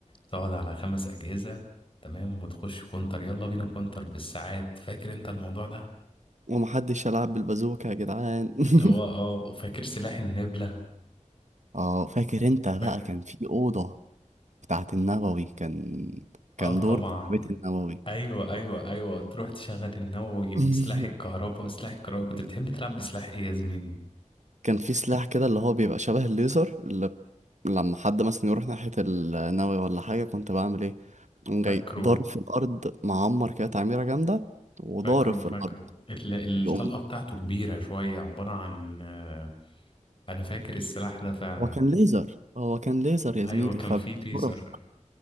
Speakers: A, on the left (about 45°); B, on the right (about 65°).
A: تقعد على خمس أجهزة تمام وتخش كونتر يلا بينا كونتر بالساعات فاكر أنت الموضوع ده
B: ومحدش يلعب بالبازوكة يا جدعان <laughs>
A: اللي هو اه فاكر سلاح النبلة
B: اه فاكر انت بقى
A: فاكر
B: كان في أوضة بتاعت النووي كان كان
A: اه طبعا
B: دور بتاع بيت النووي
A: ايوه ايوه ايوه تروح تشغل النووي وسلاح
B: <laughs>
A: الكهرباء وسلاح الكهرباء كنت بتحب تلعب بسلاح ايه يا زميلي
B: كان في سلاح كده اللي هو بيبقى شبه الليزر اللي ب- لما حد مثلا يروح ناحية النووي ولا حاجة كنت بعمل ايه قوم جاي
A: فاكره
B: ضارب في الأرض معمر كده تعميرة جامدة وضارب
A: فاكره
B: في
A: فاكره
B: الأرض
A: ال-
B: يقوم
A: الطلقة بتاعته كبيرة شوية عبارة عن آه، أنا فاكر السلاح ده فعلا
B: هو كان ليزر هو كان ليزر يا
A: أيوة
B: زميلي
A: كان
B: فبينطرك
A: فيه ليزر